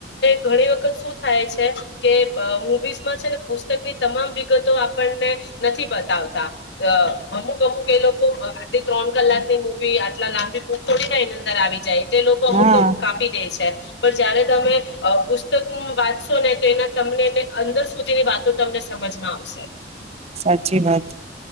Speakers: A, on the left (about 70°); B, on the right (about 35°).
A: ઘણી વખત શું થાય છે કે મુવીઝમાં છે ને પુસ્તકની તમામ વિગતો આપણને નથી બતાવતા અ અમુક અમુક એ લોકો આટલી ત્રણ કલાકની મુવી લા લા લાંબી બુક થોડી ને એની અંદર આવી જાય જે લોકો અમુક
B: હા
A: અમુક કાપી દે છે પણ જયારે તમે પુસ્તક વાંચશો ને તોના તમને અંદર સુધીની વાતો તમને સમજમાં આવશે
B: સાચી વાત